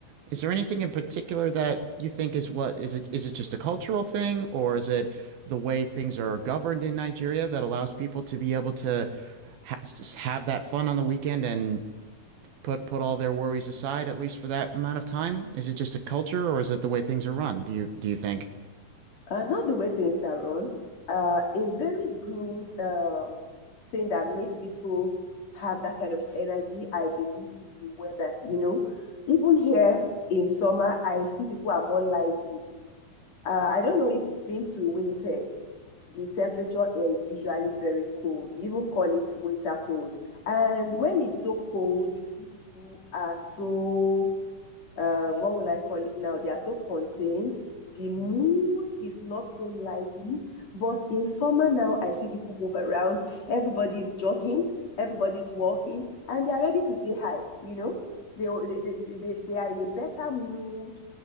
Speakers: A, on the right (about 70°); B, on the left (about 45°).
A: Is there anything in particular that you think is what is it is it just a cultural thing or is it the way things are governed in Nigeria that allows people to be able to ha just have that fun on the weekend and put put all their worries aside at least for that amount of time? Is it just a culture or is it the way things are run? Do you do you think?
B: Uh, not the way things are run. Uh, a very good uh, thing that makes people have that kind of energy, I believe, is the weather. You know, even here in summer, I see people are more lively. Uh, I don't know if you've been to Winnipeg. The temperature air is usually very cold. We even call it winter cold. And when it's so cold, you see people are so um, what will I call it now? They are so contained. The mood is not so lively. But in summer now, I see people move around. Everybody is jogging. Everybody is walking, and they are ready to say hi. You know, they they, they, they are in a better mood